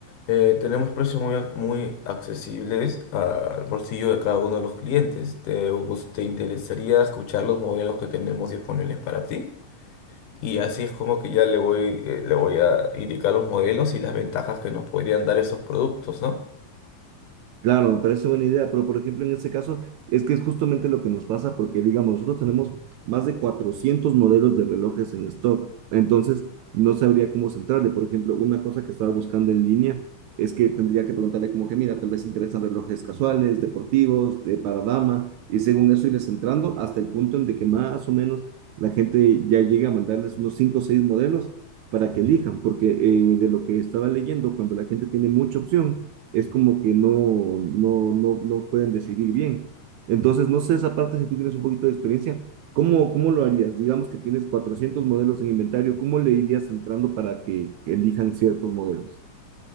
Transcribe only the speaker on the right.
Claro, me parece buena idea, pero por ejemplo en ese caso es que es justamente lo que nos pasa porque digamos, nosotros tenemos más de 400 modelos de relojes en stock, entonces no sabría cómo centrarle. Por ejemplo, una cosa que estaba buscando en línea es que tendría que preguntarle como que, mira, tal vez interesan relojes casuales, deportivos, de para dama, y según eso irles centrando hasta el punto en de que más o menos la gente ya llega a mandarles unos 5 o 6 modelos para que elijan, porque eh, de lo que estaba leyendo, cuando la gente tiene mucha opción, es como que no, no, no, no pueden decidir bien. Entonces, no sé esa parte, si tú tienes un poquito de experiencia, ¿cómo, cómo lo harías? Digamos que tienes 400 modelos en inventario, ¿cómo le irías entrando para que, que elijan ciertos modelos?